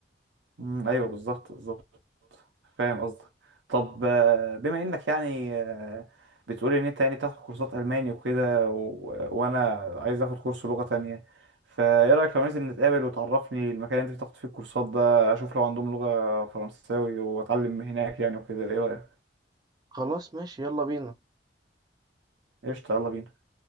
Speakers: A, on the right; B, on the right.
A: أمم، ايوه بالظبط بالظبط فاهم قصدك طب آه، بما انك يعني آه، بتقول ان انت يعني تاخد كورسات الماني وكده و... وانا عايز اخد كورس لغة تانية فايه رايك لو ننزل نتقابل وتعرفني المكان اللي انت بتاخد فيه الكورسات ده اشوف لو عندهم لغة فرنساوي واتعلم هناك يعني وكده ايه رايك
B: خلاص ماشي يلا بينا
A: قشطة يلا بينا